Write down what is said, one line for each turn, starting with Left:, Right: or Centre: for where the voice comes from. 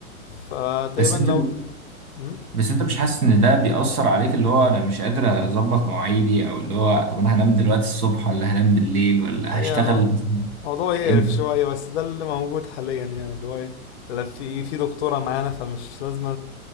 Left: فتقريبا
Right: بس انت
Left: لو مم؟
Right: بس انت مش حاسس ان ده بيأثر عليك اللي هو انا مش قادر اظبط مواعيدي او اللي هو طب انا هنام دلوقتي الصبح ولا هنام بالليل ولا
Left: ايوه
Right: هشتغل مثلا
Left: موضوع يقرف
Right: امتى
Left: شوية بس ده اللي موجود حاليا يعني اللي هو إيه، لا في في دكتورة معانا فمش لازم